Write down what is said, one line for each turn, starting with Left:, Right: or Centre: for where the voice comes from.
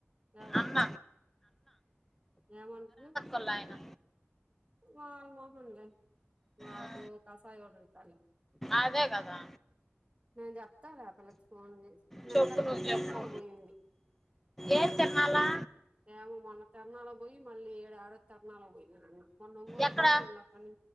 Right: ఎవరు
Centre: అన్న
Right: ఏమందుకు
Centre: వాళ్ళాయన
Right: వాడు మోహన్లే వాడు
Centre: ఆ,
Right: కసాయి <unintelligible>
Centre: అదే కదా
Right: నే చెప్తాలే ఆ పిల్లకి ఫోన్ చేసి నిన్న
Centre: చెప్పు
Right: ఎక్కడో
Centre: నువ్వు
Right: తిరణాలకి
Centre: చెప్పు
Right: పోయింది
Centre: ఏం తిర్ణాలా
Right: ఏమో మొన్న తిరణాల పోయి మళ్ళీ ఏడో తిరణాల పోయింది నిన్న మళ్ళీ ఒంగోలు
Centre: ఎక్కడ
Right: పోయి మళ్ళీ అక్కడి